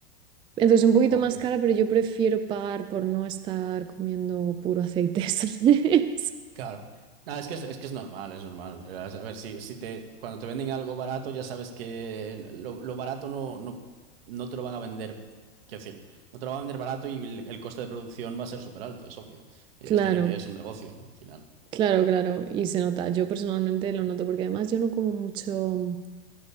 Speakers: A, on the right (about 15°); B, on the right (about 65°).
A: Entonces un poquito
B: obvio.
A: más cara, pero yo prefiero pagar por no estar comiendo puro aceite. <laughs> ¿sabes?
B: Claro. No, es que es, es que es normal, es normal. Eh, A ver, si, si te, cuando te venden algo barato, ya sabes que lo, lo barato no, no, no te lo van a vender. Quiero decir, no te lo van a vender barato y el, el coste de producción va a ser súper alto, es obvio. Ellos
A: Claro.
B: tienen que, es un negocio, ¿no? Al final.
A: Claro, claro, y se nota. Yo personalmente lo noto porque además yo no como mucho.